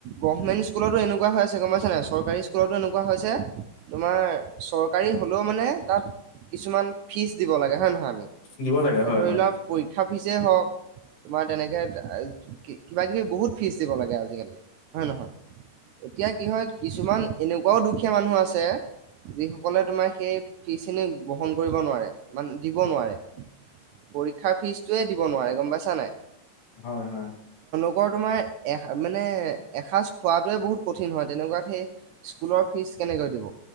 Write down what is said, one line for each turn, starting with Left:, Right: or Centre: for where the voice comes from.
Right: গভমেণ্ট স্কুলতো এনেকুৱা হৈ আছে গম পাইছা নাই? চৰকাৰী স্কুলতো এনেকুৱা হৈছে। তোমাৰ চৰকাৰী হলেও মানে তাত কিছুমান ফিজ দিব লাগে, হয় নে নহয় আমি?
Left: দিব লাগে হয়
Right: এ ধৰি
Left: হয়
Right: লোৱা পৰীক্ষা ফিজেই হওক তোমাৰ তেনেকে কিবা কিবি বহুত ফিজ দিব লাগে আজিকালি হয় নহয়? এতিয়া কি হয় কিছুমান এনে বৰ দুখীয়া মানুহ আছে, যিসকলে তোমাৰ সেই ফীজখিনি বহন কৰিব নোৱাৰে। মানে দিব নোৱাৰে, পৰীক্ষাৰ ফিজটোয়ে দিব নোৱাৰে গম পাইছা নাই?
Left: হয় হয়।
Right: ৰ তোমাৰ এ মানে এসাঁজ খোৱাটোৱে বহুত কঠিন হয় তেনেকুৱাত সেই স্কুলৰ ফীজ কেনেকৈ দিব?